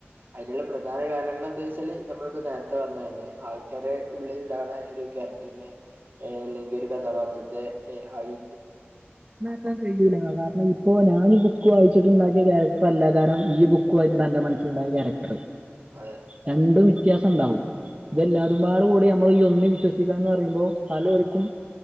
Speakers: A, on the right; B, on the right.
A: അതിനുള്ള പ്രധാന കാരണങ്ങൾ എന്ത് വെച്ചാൽ നമ്മളിപ്പോൾ നേരത്തെ പറഞ്ഞതന്നെ ആൾക്കാരു ഉള്ളിൽ ഉണ്ടാവണ ഒരു കാറ്റക് ന്നെ ഇല്ലക്കി ഒരു കഥാപാത്രത്തെ എ ആയി
B: ഇപ്പ കയ്യൂലാ കാരണം ഇപ്പോ ഞാൻ ബുക്ക് വായിച്ചിട്ടുണ്ടാക്കിയ ക്യാരക്ടർ അല്ല കാരണം ഈ ബുക്ക് യിട്ട് എന്റെ മനസ്സിലുണ്ടായ ക്യാരക്ടർ
A: അഹ്
B: രണ്ടും വ്യത്യാസം ഉണ്ടാവും ഇതല്ലാതുംപാട് കൂടി നമ്മൾ ഈ ഒന്നും വിശ്വസിക്കാ എന്ന് പറയുമ്പോൾ പലർക്കും